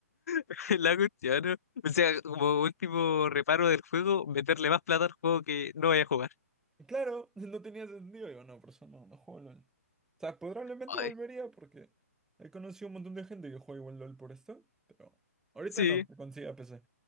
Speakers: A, on the left; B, in the centre.
A: <laughs> La cuestión, ¿no? O sea, como último reparo del juego, meterle más plata al juego que no vaya a jugar.
B: claro, no tenía sentido. Digo, no, por eso no, no juego LOL. O sea, probablemente
A: Ay,
B: volvería porque he conocido un montón de gente que juega igual LOL por esto, pero ahorita
A: sí,
B: no, que consiga PC.